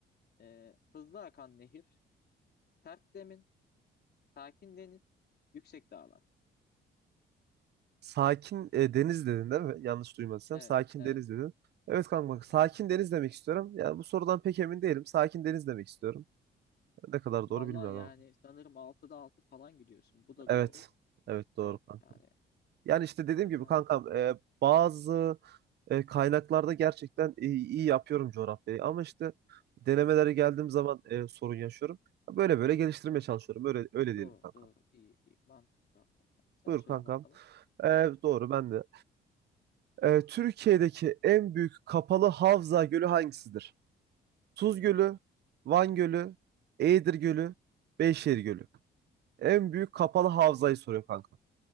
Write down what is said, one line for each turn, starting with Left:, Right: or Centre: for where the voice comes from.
Left: Ee, hızlı akan nehir, tert zemin, sakin deniz, yüksek dağlar.
Right: Sakin e, deniz dedin değil mi? Yanlış duymadıysam.
Left: Evet,
Right: Sakin
Left: evet.
Right: deniz dedin. Evet kankam.
Left: Hı hı.
Right: Sakin deniz demek istiyorum. Yani bu sorudan pek emin değilim. Sakin deniz demek istiyorum. Ne kadar
Left: Vallahi
Right: doğru bilmiyorum
Left: yani
Right: ama.
Left: sanırım 6'da 6 falan gidiyorsun. Bu da
Right: Evet.
Left: doğru.
Right: Evet doğru
Left: Evet
Right: kanka.
Left: yani
Right: Yani işte
Left: hakikaten
Right: dediğim gibi kankam e, bazı e, kaynaklarda gerçekten e, iyi yapıyorum coğrafyayı. Ama işte denemelere geldiğim zaman e, sorun yaşıyorum. Böyle böyle geliştirmeye çalışıyorum. Öyle öyle diyelim
Left: Doğru
Right: kanka.
Left: doğru iyi iyi mantıklı hakikaten. Sen
Right: Buyur
Left: sor
Right: kankam.
Left: bakalım.
Right: Ee, doğru ben de. Ee, Türkiye'deki en büyük kapalı havza gölü hangisidir? Tuz
Left: Hmm.
Right: Gölü, Van Gölü, Eğirdir Gölü, Beyşehir Gölü. En büyük
Left: Kap
Right: kapalı havzayı soruyor kanka.